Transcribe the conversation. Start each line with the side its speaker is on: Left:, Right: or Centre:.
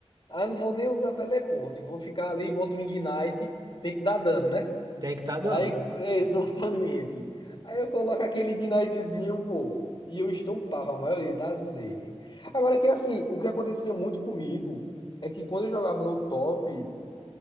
Left: Ah, não vou nem usar teleporte. Vou ficar ali, boto um Ignite. Tem que dar dano, né?
Right: Tem que estar tá dando.
Left: Aí, <laughs> exatamente. Aí eu coloco aquele Ignitezinho, pô. E eu estompava a maioria das lane. Agora que assim, o que acontecia muito comigo é que quando eu jogava no top,